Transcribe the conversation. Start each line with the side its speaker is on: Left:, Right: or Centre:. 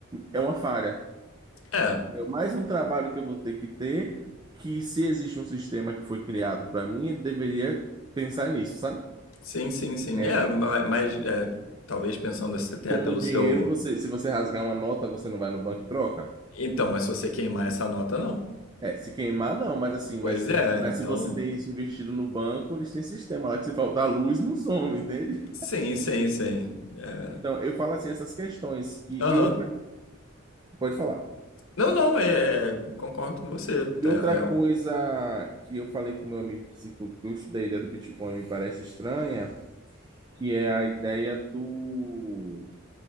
Right: é uma falha.
Left: É,
Right: É mais um trabalho que eu vou ter que ter, que se existe um sistema que foi criado para mim, ele deveria pensar nisso, sabe?
Left: sim, sim, sim.
Right: É,
Left: É, ma- mas é, talvez pensando assim, até
Right: Como
Left: pelo
Right: o dinheiro,
Left: seu.
Right: você, se você rasgar uma nota, você não vai no banco e troca?
Left: Então, mas se você queimar essa nota, não.
Right: É, se queimar, não, mas assim, mas,
Left: Pois é,
Right: mas
Left: então.
Right: se você tem isso investido no banco, eles têm sistema lá que se faltar luz, não some, entende?
Left: Sim, sim, sim. É,
Right: Então, eu falo assim, essas questões que.
Left: Aham.
Right: E outra. Pode falar.
Left: Não, não, é, é, é, concordo com você.
Right: E
Left: É,
Right: outra
Left: é, um,
Right: coisa que eu falei com meu amigo assim, que eu que eu estudei a ideia do Bitcoin me parece estranha, que é a ideia do.